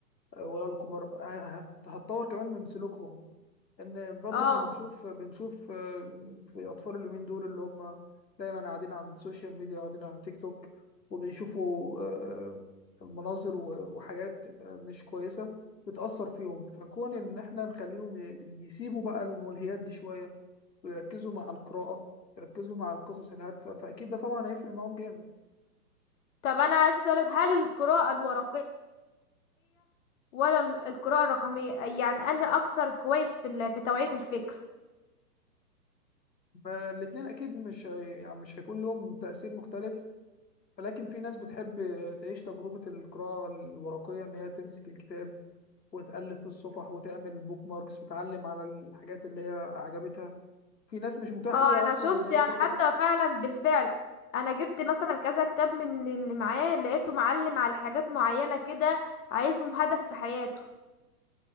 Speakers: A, on the left; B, on the left.
A: آه، ولا الكبار ه- هت... هتطور كمان من سلوكهم إن برضو
B: اه
A: إحنا بنشوف بنشوف آه، في أطفال اليومين دول اللي هم دايما قاعدين على السوشيال ميديا وقاعدين على التيك توك وبيشوفوا آه، مناظر و- وحاجات آه، مش كويسة بتأثر فيهم فكون إن إحنا نخليهم ي- يسيبوا بقى الملهيات دي شوية ويركزوا مع القراءة يركزوا مع القصص الهادفة فأكيد ده طبعا هيفرق معاهم جامد
B: طب انا عايز اسالك هل القراءه الورقيه ولا ال- القراءه الرقميه يعني انهي اكثر كويس في ال- في توعيه الفكر
A: فالاتنين أكيد مش هي... يعني مش هيكون لهم تأثير مختلف ولكن في ناس بتحب تعيش تجربة القراءة الورقية إن هي تمسك الكتاب وتألف في الصفح وتعمل بوك ماركس وتعلم على الحاجات اللي هي عجبتها في ناس مش متاح
B: اه
A: ليها
B: انا
A: أصلا
B: شفت
A: إن هي
B: يعني
A: تقرأ
B: حتى فعلا بالفعل انا جبت مثلا كذا كتاب من اللي معاه لقيته معلم على حاجات معينه كده عايزهم هدف في حياته